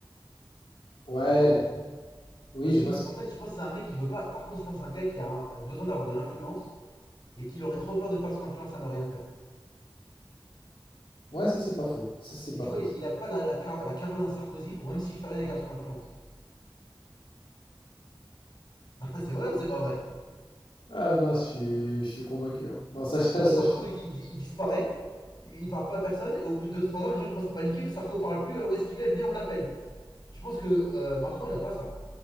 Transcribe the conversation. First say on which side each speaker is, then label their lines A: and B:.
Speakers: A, on the left; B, on the left.
A: Ouais,
B: tu vois.
A: oui,
B: Parce
A: je
B: que,
A: vois. ce
B: en fait, je pense que c'est un mec qui veut pas. Par contre, je pense que c'est un gars qui a un- besoin d'avoir de l'influence et qu'il aurait trop peur de perdre son influence à ne rien faire.
A: Ouais, ça c'est pas faux. Ça c'est
B: Et
A: pas
B: tu
A: faux.
B: vois, il, il a pas la, la, car- la carrure d'un Sarkozy pour même s'il fait rien, il garde son influence. <laughs> c'est vrai ou c'est pas vrai
A: Ah non, je suis, je suis convaincu. hein. Non, ça, <laughs> ça,
B: Tu vois,
A: ça,
B: Sarko,
A: je suis.
B: il, il il disparaît, il, il parle pas à personne, et au bout de deux trois ans, les gens commencent à paniquer, puis Sarko parle plus, euh, où est-ce qu'il est, venez, on l'appelle. Je pense que euh, Macron, il a pas ça.